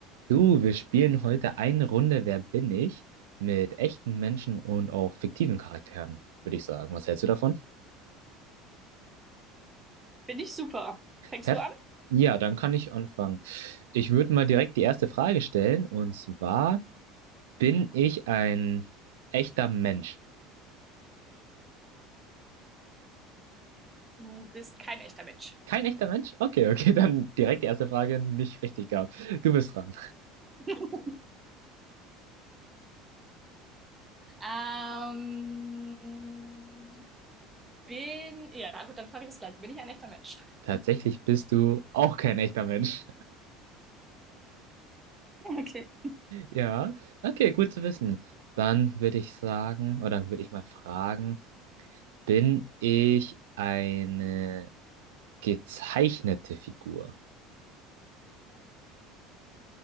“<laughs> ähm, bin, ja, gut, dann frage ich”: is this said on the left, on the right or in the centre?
Right